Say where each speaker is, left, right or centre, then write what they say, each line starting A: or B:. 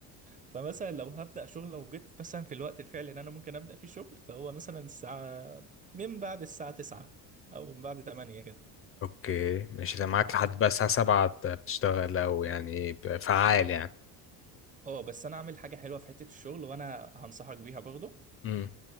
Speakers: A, on the right; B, on the left.
A: فمثلا لو هبدا شغل لو جيت مثلا في الوقت الفعلي اللي انا ممكن ابدا فيه شغل فهو مثلا الساعه من بعد الساعه 9 او من بعد 8 كده
B: اوكي ماشي ده معاك لحد بقى الساعه 7 بتشتغل او يعني فعال يعني
A: اه بس انا اعمل حاجه حلوه في حته الشغل وانا هنصحك بيها برضه
B: امم